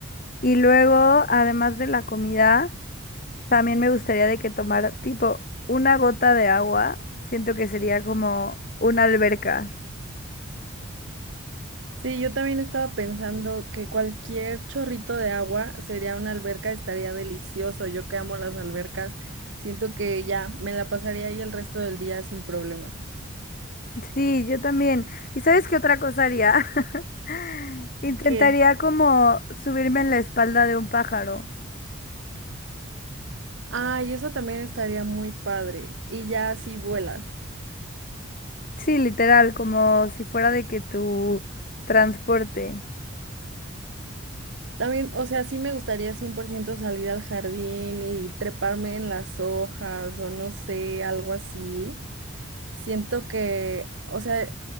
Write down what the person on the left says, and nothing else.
Y luego, además de la comida, también me gustaría de que tomara tipo una gota de agua. Siento que sería como una alberca.
Sí, yo también. ¿Y sabes qué otra cosa haría? <laughs> Intentaría
como subirme en la espalda de un pájaro.
Sí, literal, como si fuera de que tu transporte.